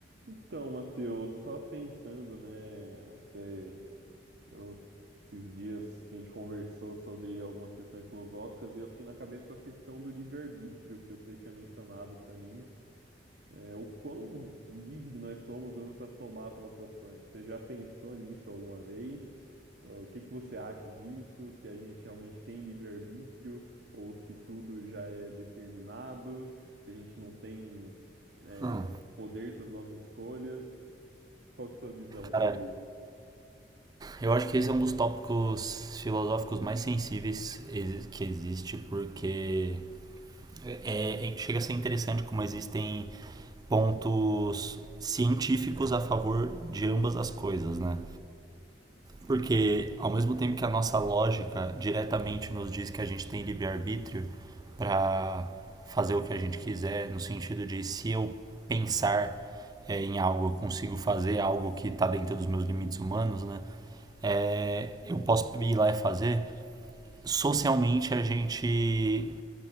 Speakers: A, on the right (about 65°); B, on the right (about 20°).
A: Então, Matheus, eu tava pensando, né, até eu, esses dias a gente conversou sobre algumas questões filosóficas e eu fiquei na cabeça com a questão do livre-arbítrio que você tinha mencionado pra mim. É, o quão livre nós somos mesmo para tomar as nossas ações. Você já pensou nisso alguma vez? O que que você acha disso? Se a gente realmente tem livre-arbítrio ou se tudo já é determinado, se a gente não tem, é,
B: Não,
A: poder sobre nossas escolhas? Qual que é a sua visão
B: cara,
A: sobre isso?
B: eu acho que esse é um dos tópicos filosóficos mais sensíveis exi- que existe, porque é, é- é, chega a ser interessante como existem pontos científicos a favor de ambas as coisas, né? Porque, ao mesmo tempo que a nossa lógica diretamente nos diz que a gente tem livre-arbítrio para fazer o que a gente quiser, no sentido de se eu pensar é, em algo, eu consigo fazer algo que está dentro dos meus limites humanos, né? É, eu posso ir lá e fazer. Socialmente, a gente